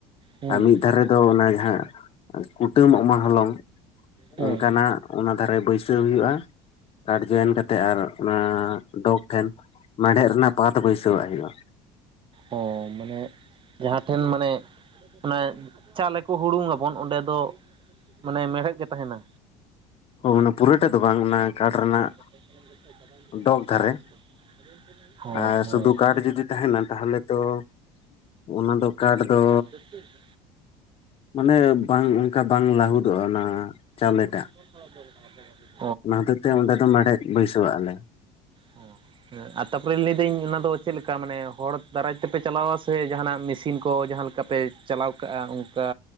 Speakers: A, on the right; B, on the left.
A: ᱦᱮᱸ
B: ᱟᱨ ᱢᱤᱫ ᱫᱷᱟᱨᱮ ᱫᱚ ᱚᱱᱟ ᱡᱟᱦᱟᱸ, ᱠᱩᱴᱟᱹᱢᱚᱜ ᱢᱟ ᱦᱚᱞᱚᱝ᱾
A: ᱦᱮᱸ
B: ᱚᱱᱠᱟᱱᱟᱜ ᱚᱱᱟ ᱫᱷᱟᱨᱮ ᱵᱟᱹᱭᱥᱟᱹᱣ ᱦᱩᱭᱩᱜᱼᱟ, ᱠᱟᱰ ᱡᱚᱭᱮᱱ ᱠᱟᱛᱮᱫ ᱟᱨ ᱚᱱᱟ ᱰᱚᱜᱽ ᱴᱷᱮᱱ ᱢᱮᱲᱦᱮᱫ ᱨᱮᱱᱟᱜ ᱯᱟᱛ ᱵᱟᱹᱭᱥᱟᱹᱣᱟᱜ ᱦᱳᱭᱳᱜᱼᱟ᱾
A: ᱚ ᱢᱟᱱᱮ ᱡᱟᱦᱟᱸ ᱴᱷᱮᱱ ᱢᱟᱱᱮ, ᱚᱱᱟ ᱪᱟᱣᱞᱮ ᱠᱚ ᱦᱩᱲᱩᱝ ᱵᱚᱱ ᱚᱸᱰᱮ ᱫᱚ ᱢᱟᱱᱮ ᱢᱮᱲᱦᱮᱫ ᱜᱮ ᱛᱟᱦᱮᱱᱟ?
B: ᱦ ᱚᱱᱟ ᱯᱩᱨᱟᱹ ᱴᱟ ᱫᱚ ᱵᱟᱝ ᱚᱱᱟ ᱠᱟᱴ ᱨᱮᱱᱟᱜ
A: <unintelligible>
B: ᱰᱚᱜᱽ ᱫᱷᱟᱨᱮ
A: ᱦᱚᱸ
B: ᱟᱨ
A: ᱦᱮᱸ
B: ᱥᱩᱫᱷᱩ ᱠᱟᱴ ᱡᱩᱫᱤ ᱛᱟᱦᱮᱱᱟ ᱛᱟᱦᱚᱞᱮ ᱛᱚ ᱚᱱᱟ ᱫᱚ ᱠᱟᱴ ᱫᱚ
A: ᱨᱥ <unintelligible>
B: ᱢᱟᱱᱮ ᱵᱟᱝ ᱚᱱᱠᱟ ᱵᱟᱝ ᱞᱟᱹᱟᱦᱩᱫᱚᱜᱼᱟ, ᱚᱱᱟ ᱪᱟᱣᱞᱮ ᱴᱟᱜ,
A: ᱠᱷ <unintelligible>
B: ᱚᱱᱟ ᱦᱚᱛᱮᱛᱮ ᱚᱸᱰᱮ ᱫᱚ ᱢᱮᱲᱦᱮᱫ ᱵᱟᱹᱭᱥᱟᱹᱣᱟᱜ ᱟᱞᱮ᱾
A: ᱚ ᱦᱮᱸ ᱟ ᱛᱟᱯᱚᱨᱮ ᱞᱟᱹᱭᱫᱟᱹᱧ ᱚᱱᱟ ᱫᱚ ᱪᱮᱫ ᱞᱮᱠᱟ, ᱢᱟᱱᱮ ᱦᱚᱲ ᱫᱟᱨᱟᱭ ᱛᱮᱯᱮ ᱪᱟᱞᱟᱣᱟ ᱥᱮ, ᱡᱟᱦᱟᱱᱟᱜ ᱢᱮᱥᱤᱱ ᱠᱚ ᱡᱟᱦᱟᱸ ᱞᱮᱠᱟ ᱯᱮ ᱪᱟᱞᱟᱣ ᱠᱟᱜᱼᱟ ᱚᱱᱠᱟ